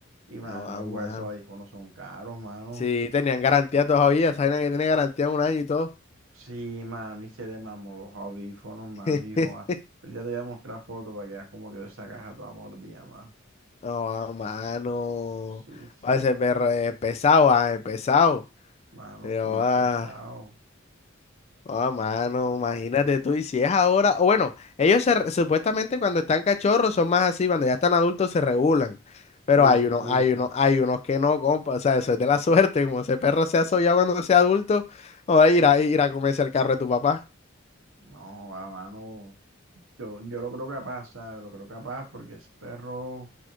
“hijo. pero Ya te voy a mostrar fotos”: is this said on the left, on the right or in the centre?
Right